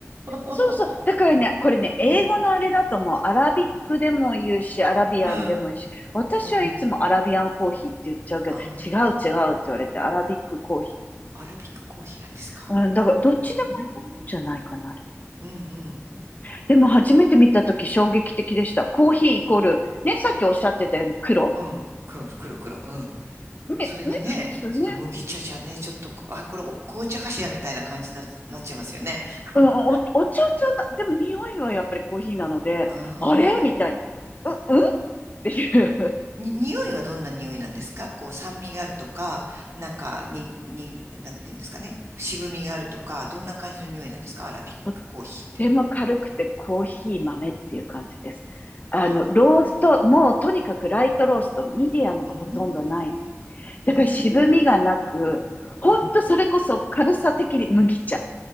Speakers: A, on the right; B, on the left.
A: <laughs>
B: そうそう。だからね、これね、英語のあれだともう、
A: うん。
B: アラビックでも言うし、アラビアンでもいいし、
A: うん。
B: 私はいつもアラビアンコーヒーって言っちゃうけど、
A: うん。あ
B: 違う違うって言われて、アラビックコーヒ
A: あ。アラビックコーヒーなんですか。
B: ー。うん、だから、どっちでもいいんじゃないかな、
A: うーん。
B: あれ。
A: うんうん。
B: うんでも、初めて見たとき衝撃的でした。コーヒーイコール、ね、さっきおっしゃってたように黒
A: うん。黒、黒、黒。うん。
B: ね、
A: それがね、
B: ね、普通ね。
A: その麦茶じゃね、ちょっとこ、あ、これお紅茶かしらみたいな感じにな、なっちゃいますよね。<laughs>
B: うん、お、お茶じゃな、でも匂いはやっぱりコーヒーなので、
A: ああ。
B: あれみたいな。う、うんっていう。
A: に、匂いはどんな匂いなんですかこう酸味があるとか、なんか、に、に、なんていうんですかね。渋みがあるとか、どんな感じの匂いなんですかアラビックコーヒーって。
B: <laughs> でも軽くてコーヒー豆っていう感じです。
A: うん
B: あの、
A: あ
B: ロースト、もうとにかくライトロースト、
A: あー。
B: ミディアムがほとんどない。
A: うーん。う
B: だから渋みがなく、
A: ーん。
B: ほんとそれこそ軽さ的に麦茶。
A: うん。
B: か